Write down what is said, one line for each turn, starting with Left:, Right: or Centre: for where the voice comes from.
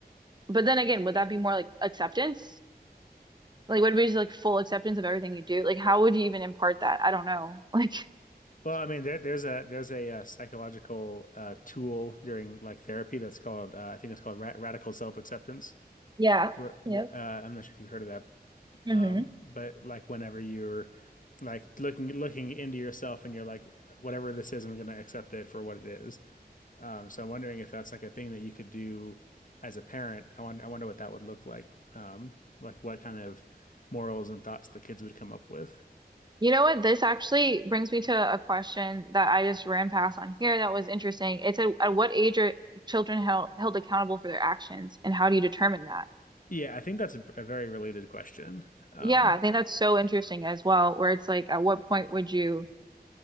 Right: But then again, would that be more like acceptance? Like, what about just like full acceptance of everything you do? Like, how would you even impart that? I don't know. <laughs> Like,
Left: Well, I mean, there, there's a there's a, uh psychological uh, tool during like therapy that's called uh, I think it's called ra radical self-acceptance.
Right: Yeah.
Left: Where
Right: Yep.
Left: wh- uh, I'm not sure if you've heard of that,
Right: hmm
Left: um, but like whenever you're like looking looking into yourself and you're like, whatever this is, I'm going to accept it for what it is. Um, so I'm wondering if that's like a thing that you could do as a parent. I wonder, I wonder what that would look like. Um, like what kind of morals and thoughts the kids would come up with.
Right: you know what? This actually brings me to a question that I just ran past on here that was interesting. It said, at what age are children held held accountable for their actions, and how do you determine that?
Left: Yeah, I think that's a, a very related question. Um,
Right: Yeah, I think that's so interesting as well, where it's like, at what point would you